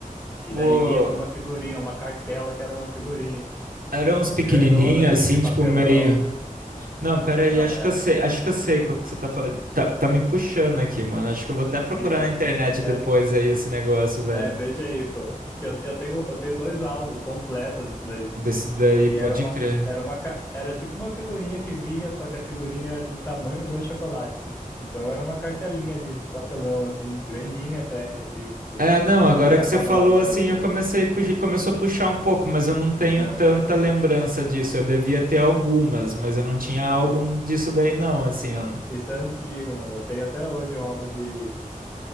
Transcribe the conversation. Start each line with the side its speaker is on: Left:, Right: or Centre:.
Left: E
Right: Pô,
Left: daí vinha com uma figurinha, uma cartela que era uma figurinha,
Right: eram uns pequenininhos,
Left: grandona, assim,
Right: assim,
Left: de papelão.
Right: tipo meio. Não, pera aí,
Left: Não,
Right: acho
Left: é,
Right: que eu sei, acho que eu sei qual que você tá falando. Tá, tá me puxando aqui, mano. Acho que eu vou até procurar
Left: de- é,
Right: na internet
Left: era,
Right: depois aí esse negócio, velho.
Left: é, veja aí, pô, que eu, eu tenho, eu tenho dois álbuns completos disso daí.
Right: Desse daí,
Left: E
Right: pode
Left: era uma,
Right: crer.
Left: era uma, ca- era tipo uma figurinha que via, só que a figurinha era do tamanho do chocolate. Então era uma cartelinha de papelão, assim, grandinha até relativa, tipo,
Right: É, não, agora
Left: tamanho da
Right: que
Left: palma
Right: você falou
Left: da mão,
Right: assim,
Left: assim,
Right: eu comecei, a puxar- começou a puxar um pouco, mas eu não tenho
Left: né?
Right: tanta lembrança disso. Eu devia ter algumas, mas eu não tinha álbum
Left: Isso,
Right: disso daí, não, assim. Eu,
Left: isso é antigo, mano. Eu tenho até hoje um álbum de,